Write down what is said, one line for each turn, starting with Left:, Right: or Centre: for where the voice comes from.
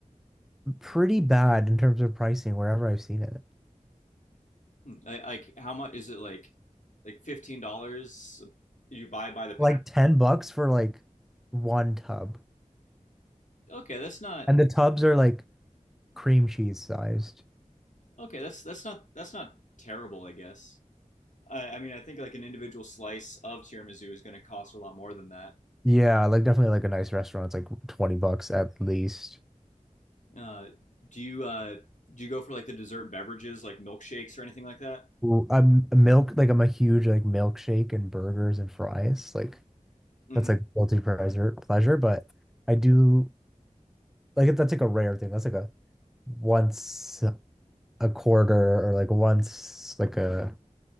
Centre: pretty bad in terms of pricing wherever I've seen it.
Left: hmm, I, like how much is it like like $15 you buy by the pack?
Centre: Like 10 bucks for like one tub.
Left: Okay, that's not
Centre: And the tubs are like cream cheese sized.
Left: okay, that's that's not that's not terrible, I guess. I I mean, I think like an individual slice of tiramisu is going to cost a lot more than that.
Centre: Yeah, like definitely like a nice restaurant. It's like 20 bucks at least.
Left: Uh, do you uh, do you go for like the dessert beverages, like milkshakes or anything like that?
Centre: Ooh, I'm a milk like I'm a huge like milkshake and burgers and fries. Like
Left: Mhm.
Centre: That's like guilty pleasure, pleasure, but I do like that's like a rare thing. That's like a once a quarter or like once like a